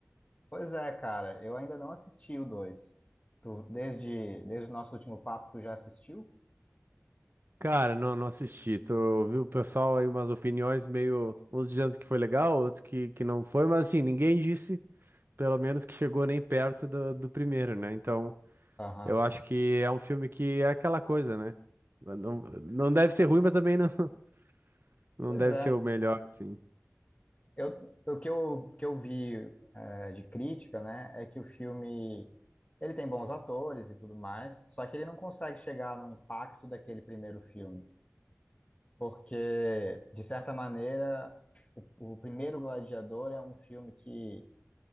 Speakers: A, on the left; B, on the right.
A: Pois é, cara, eu ainda não assisti o dois Tu, desde, desde o nosso último papo, tu já assistiu?
B: Cara, não, não assisti. Tô, ouvi o pessoal aí umas opiniões meio, uns dizendo que foi legal, outros que, que não foi, mas assim, ninguém disse, pelo menos, que chegou nem perto do, do primeiro, né? Então,
A: Aham.
B: eu acho que é um filme que é aquela coisa, né? Não, não deve ser ruim, mas também não, <laughs> não
A: Pois
B: deve
A: é.
B: ser o melhor, assim.
A: Eu, o que eu, o que eu vi é, de crítica, né, é que o filme, ele tem bons atores e tudo mais, só que ele não consegue chegar no impacto daquele primeiro filme, porque, de certa maneira, o, o primeiro Gladiador é um filme que